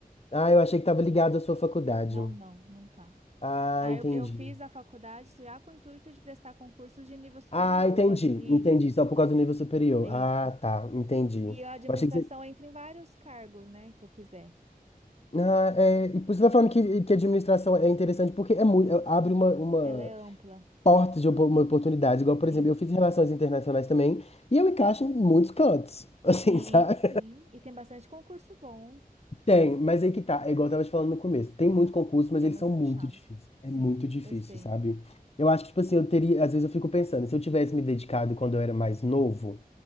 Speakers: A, on the left; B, on the right.
A: Ah, eu achei que estava ligado à sua faculdade.
B: Não, não, não tá.
A: Ah,
B: Ah,
A: entendi.
B: eu, eu fiz a faculdade já com o intuito de prestar concursos de nível superior.
A: Ah, entendi,
B: Isso,
A: entendi. Só por causa do nível superior.
B: isso.
A: Ah, tá, entendi.
B: E
A: Eu
B: a administração
A: achei que você.
B: entra em vários cargos, né, que eu quiser.
A: Ah, é, e por isso você tá falando que, que administração é interessante, porque é muito, abre uma, uma
B: Ela é ampla,
A: porta de opo- uma oportunidade. Igual, por
B: sim.
A: exemplo, eu fiz relações internacionais também, e eu encaixo em muitos cantos,
B: Sim,
A: <laughs> assim, sabe?
B: sim. E tem bastante concurso bom.
A: Tem, mas aí que tá, é igual eu tava te falando no começo. Tem muitos concursos, mas
B: É
A: eles
B: muito
A: são muito
B: puxado.
A: difíceis.
B: Sim,
A: É muito difícil,
B: eu sei.
A: sabe? Eu acho que, tipo assim, eu teria. Às vezes eu fico pensando, se eu tivesse me dedicado quando eu era mais novo.